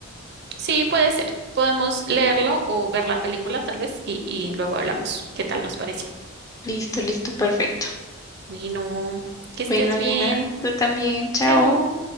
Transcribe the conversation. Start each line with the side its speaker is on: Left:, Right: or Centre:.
Right: Sí, puede ser. Podemos leerlo o ver la película tal vez y, y luego hablamos qué tal nos pareció.
Left: listo, listo, perfecto.
Right: Bueno, que estés
Left: Bueno,
Right: bien.
Left: nena, tú también, chao.
Right: Chao.